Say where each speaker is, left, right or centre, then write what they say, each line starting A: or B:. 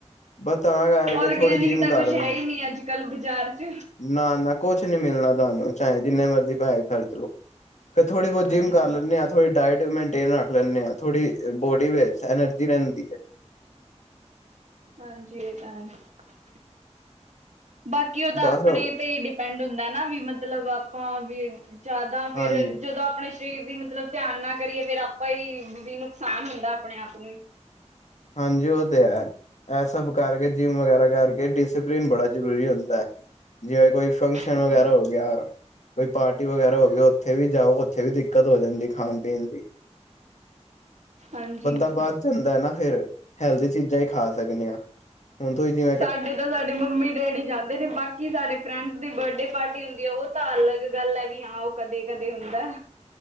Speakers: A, on the left; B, on the right.
A: ਬਸ ਤਾਂ ਕਰ
B: ਔਰਗੈਨਿਕ
A: ਕਿ ਥੋੜੀ ਜਿਮ
B: ਤਾਂ
A: ਕਰ
B: ਕੁਛ
A: ਰਹੇ
B: ਹੈ ਹੀ ਨਹੀਂ ਅੱਜ ਕੱਲ੍ਹ ਬਾਜ਼ਾਰ ਚ।
A: ਨਾਂ ਨਾਂ ਕੁਛ ਨੀਂ ਮਿਲਣਾ ਤੁਹਾਨੂੰ ਚਾਹੇ ਜਿੰਨੇ ਮਰਜ਼ੀ ਪੈਸੇ ਖਰਚ ਲੋੋ। ਫਿਰ ਥੋੜੀ ਬਹੁਤ ਜਿਮ
B: ਹਾਂਜੀ,
A: ਕਰ ਲੈਂਨੇ ਆ ਥੋ ਡਾਇਟ ਮੇਨਟੇਨ ਰੱਖ ਲੈਂਦੇ ਹਾਂ ਥੋੜੀ ਬੋਡੀ ਵਿੱਚ ਐਨਰਜੀ ਰਹਿੰਦੀ ਹੈ।
B: ਹਾਂਜੀ ਈ ਇਹ ਤਾਂ ਹੈ ਬਾਕੀ ਉਹਤਾਂ
A: ਬਸ
B: ਆਪਣੇ ਤੇ ਹੀ ਡੀ ਡਿਪੈਂਡ ਹੁੰਦਾ ਨਾਂ ਵੀ ਮਤਲਬ ਆਪਾਂ ਵੀ ਜਾਦਾ
A: ਹਾਂਜੀ
B: ਫਿਰ ਜਦੋਂ ਆਪਣੇ ਚ ਤੇ ਵੀ ਮਤਲਬ ਧਿਆਨ ਨਾਂ ਕਰੀਏ ਫੇਰ ਆਪਾਂ ਹੀ ਵੀ ਨੁਕਸਾਨ ਹੁੰਦਾ ਆਪਣੇ ਆਪ ਨੂੰ ਹੀ।
A: ਹਾਂਜੀ ਈ ਉਹ ਤੇ ਹੈ। ਇਹ ਸਭ ਕਰਕੇ ਜਿੰਮ ਵਗੈਰਾ ਕਰਕੇ ਡਿਸਿਪਲਿਨ ਬੜਾ ਜ਼ਰੂਰੀ ਹੁੰਦਾ ਹੈ। ਜਿਵੇਂ ਕੋਈ ਫੰਕਸ਼ਨ
B: ਹਾਂਜੀ,
A: ਵਗੈਰਾ ਹੋ ਗਿਆ ਕੋਈ ਪਾਰਟੀ ਵਗੈਰਾ ਹੋ ਗਿਆ ਉੱਥੇ ਵੀ ਜਾਓ ਉੱਥੇ ਵੀ ਕਦੋਂ ਹੋ ਜਾਂਦੀ ਖਾਣ ਪੀਣ ਦੀ
B: ਹਾਂਜੀ।
A: ਬੰਦਾ ਬਧ ਜਾਂਦਾ ਨਾ ਫਿਰ। ਹੈਲਦੀ ਚੀਜ਼ਾਂ ਹੀ ਖਾ ਸਕਦੇ ਹਾਂ। ਹੁਣ ਤੁਸੀਂ ਜੇ
B: ਸਾਡੇ ਤਾਂ ਸਾਡੇ ਮੰਮੀ ਡੈਡੀ ਜਾਂਦੇ ਨੇ ਬਕ ਕੀ ਸਾਡੇ ਫਰੈਂਡਸ ਦੀ ਬਰਡੇ ਪਾਰਟੀ ਹੁੰਦੀ ਹੈ ਉਹ ਤਾਂ ਅਲੱਗ ਗੱਲ ਹੈ ਵੀ ਹਾਂ ਉਹ ਕਦੇ ਕਦੇ ਹੁੰਦਾ।